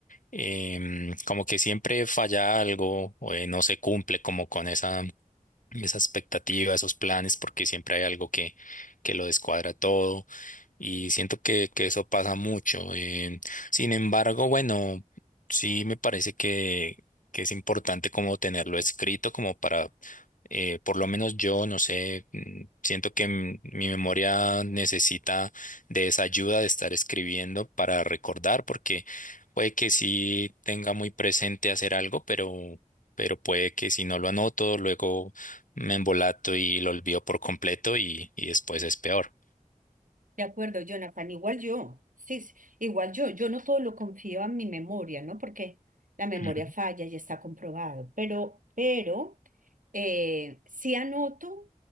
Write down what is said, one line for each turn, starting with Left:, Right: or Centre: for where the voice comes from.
Left: em, como que siempre falla algo o eh, no se cumple como con esa esa expectativa, esos planes, porque siempre hay algo que, que lo descuadra todo y siento que, que eso pasa mucho. Eh, sin embargo, bueno, sí me parece que, que es importante como tenerlo escrito, como para, eh, por lo menos yo, no sé, mm, siento que m- mi memoria necesita de esa ayuda de estar escribiendo para recordar, porque puede que sí tenga muy presente hacer algo, pero... Pero puede que si no lo anoto, luego me embolato y lo olvido por completo y, y después es peor.
Right: De acuerdo, Jonathan, igual yo, sí, sí, igual yo, yo no todo lo confío a mi memoria, ¿no? Porque la memoria
Left: Ujú.
Right: falla y está comprobado, pero, pero eh, sí anoto